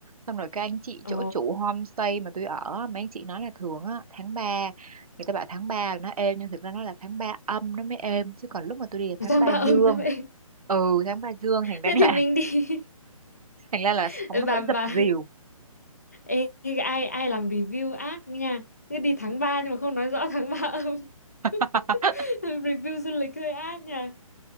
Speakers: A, on the right; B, on the left.
A: xong rồi các anh chị
B: Ờ,
A: chỗ chủ homestay mà tôi ở á, mấy anh chị nói là thường á tháng ba người ta bảo tháng 3 là nó êm nhưng thực ra nó là tháng ba âm nó mới êm chứ còn lúc mà tôi đi là
B: Nó
A: tháng
B: sang
A: 3
B: ba
A: dương
B: âm đó vậy.
A: ừ tháng 3 dương thành ra
B: Thế thì
A: là
B: mình đi.
A: thành ra là
B: <laughs>
A: sóng nó
B: Bà
A: vẫn
B: bà
A: dập dìu
B: ê, ai ai làm review ác nha. Cứ đi tháng 3 nhưng mà không nói rõ tháng 3 âm.
A: <laughs>
B: <laughs> Review du lịch hơi ác nha.